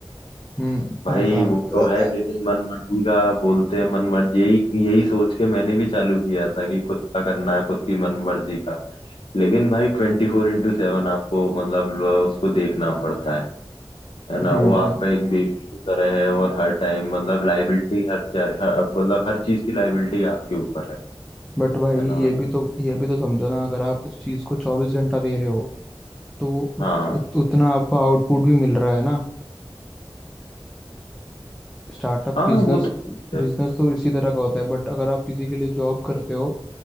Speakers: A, in the centre; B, on the left.
A: हम्म इतना
B: भाई
A: काम
B: वो
A: कराते
B: तो है
A: हैं
B: लेकिन मन मर्जी का बोलते हैं मन मर्जी यही यही सोच के मैंने भी चालू किया था कि खुद का करना है खुद की मन मर्जी का लेकिन भाई ट्वेंटी फोर इंटू सेवन आपको मतलब उसको देखना पड़ता है है ना
A: हम्म
B: वो आपका एक बेबी की तरह है और हर टाइम मतलब लाइबिलिटी हर, हर मतलब हर चीज की लाइबिलिटी आपके ऊपर है
A: बट भाई
B: है
A: ये
B: ना
A: भी तो ये भी तो समझो ना अगर आप उस चीज को चौबीस घंटा दे रहे हो तो उस
B: हाँ
A: उत, उतना आपको आउटपुट भी मिल रहा है ना स्टार्टअप
B: हाँ
A: बिजनेस
B: वो तो ठीक है।
A: बिजनेस तो इसी तरह का होता है बट अगर आप किसी के लिए जॉब करते हो